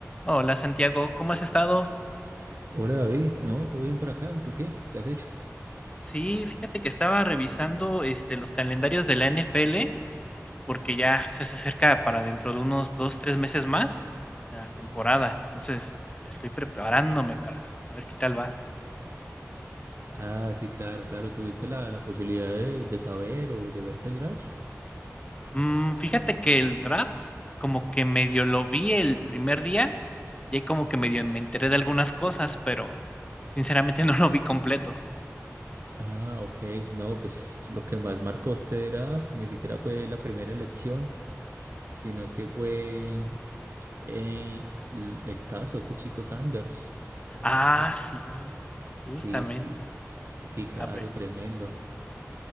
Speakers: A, on the left; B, on the right.
A: Hola Santiago, ¿cómo has estado?
B: Hola David, no, todo bien por acá, ¿y tú qué? ¿Qué has hecho?
A: Sí, fíjate que estaba revisando este, los calendarios de la NFL porque ya ya se acerca para dentro de unos dos, tres meses más la temporada. Entonces estoy preparándome para a ver qué tal va.
B: Ah, sí, claro, claro, ¿tuviste la, la posibilidad de, de saber o de verte el draft?
A: Mm, fíjate que el draft como que medio lo vi el primer día y ahí como que medio me enteré de algunas cosas, pero sinceramente <laughs> no lo vi completo.
B: Ah, ok, no, pues lo que más marcó este draft ni siquiera fue la primera elección, sino que fue eh, l- el caso de este chico Sanders,
A: Ah,
B: que
A: sí, justamente.
B: sí, sí, sí, claro,
A: A ver.
B: tremendo,